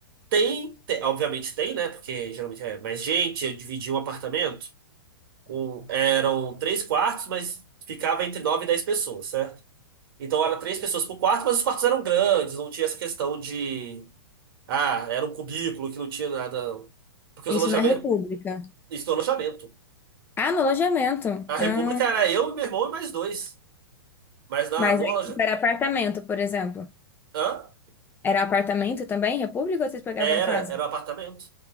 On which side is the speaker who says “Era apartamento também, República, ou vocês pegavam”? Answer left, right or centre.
Left